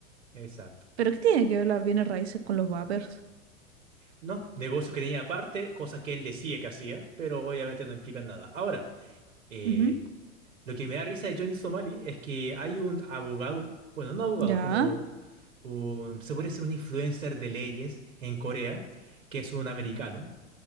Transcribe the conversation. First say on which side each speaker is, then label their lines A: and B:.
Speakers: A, on the right; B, on the right.
A: exacto.
B: ¿Pero qué tiene que ver las bienes raíces con los vapers?
A: No, negocio que tenía aparte, cosas que él decía que hacía, pero obviamente no implican nada. Ahora, eh,
B: Ujú,
A: lo que me da risa de Johnny Somali es que hay un abogado, bueno, no abogado,
B: Ya.
A: como un, se podría decir un influencer de leyes en Corea, que es un americano